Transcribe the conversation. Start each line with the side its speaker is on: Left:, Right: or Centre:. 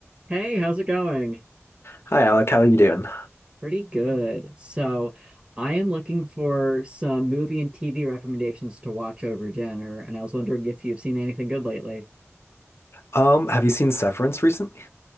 Right: Hey, how's it going?
Left: Hi Alec, how are you doing?
Right: Pretty good. So, I am looking for some movie and TV recommendations to watch over dinner, and I was wondering if you've seen anything good lately.
Left: Um, have you seen Severance recently?